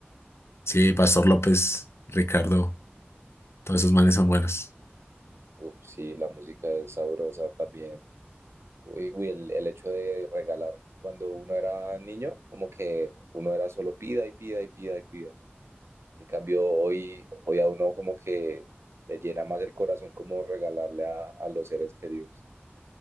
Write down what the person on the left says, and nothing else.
Sí, Pastor López, Ricardo, todos esos manes son buenos.